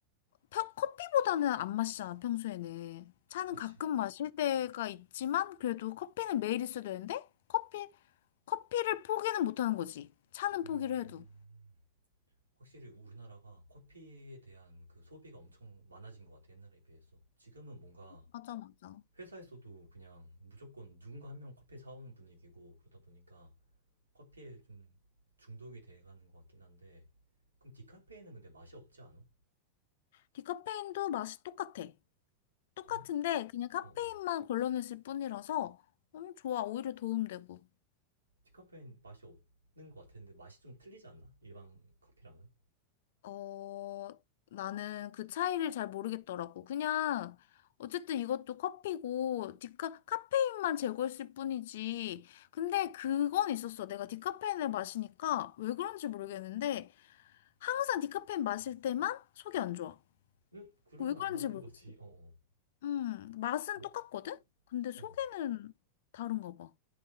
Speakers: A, on the left (about 55°); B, on the right (about 80°).
A: 펴- 커피보다는 안 마시잖아, 평소에는. 차는
B: 그치.
A: 가끔 마실 때가 있지만, 그래도 커피는 매일 있어야 되는데, 커피, 커피를 포기는 못 하는 거지. 차는
B: 음,
A: 포기를 해도.
B: 확실히 우리나라가 커피에 대한 그 소비가 엄청 많아진 것 같아, 옛날에 비해서. 지금은 뭔가
A: 맞아, 맞아.
B: 회사에서도 그냥 무조건 누군가 한 명 커피 사오는 분위기고 그러다 보니까 커피에 좀 중독이 돼가는 것 같긴 한데 그럼 디카페인은 근데 맛이 없지 않아?
A: 디카페인도 맛이 똑같아. 똑같은데,
B: 왜?
A: 그냥 카페인만
B: 어, 어.
A: 걸러냈을 뿐이라서, 음, 좋아. 오히려 도움되고.
B: 디카페인 맛이 없는 것 같은데 맛이 좀 틀리지 않나? 일반 커피랑은?
A: 어, 나는 그 차이를 잘 모르겠더라고. 그냥, 어쨌든 이것도 커피고, 디카, 카페인만 제거했을 뿐이지. 근데 그건 있었어. 내가 디카페인을 마시니까, 왜 그런지 모르겠는데, 항상 디카페인 마실 때만 속이 안 좋아.
B: 응? 그러면
A: 왜 그런지
B: 안 맞는
A: 모르겠어.
B: 거지. 어, 어.
A: 음, 맛은
B: 뭐,
A: 똑같거든? 근데 속에는
B: 어.
A: 다른가 봐.